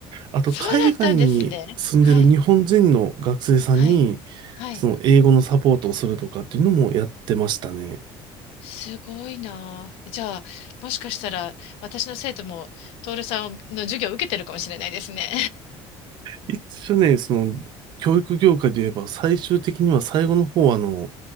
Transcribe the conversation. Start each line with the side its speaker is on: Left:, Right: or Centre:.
Right: あと、
Left: そうだったんですね。
Right: 海外に住んでる日本人の学生さんに、
Left: はい、はい、はい。
Right: その、英語のサポートをするとかっていうのもやってましたね。
Left: すごいなあ。じゃあ、もしかしたら、私の生徒も、徹さんの授業を受けてるかもしれないですね。
Right: 一応ね、その、教育業界で言えば、最終的には最後の方は、あの、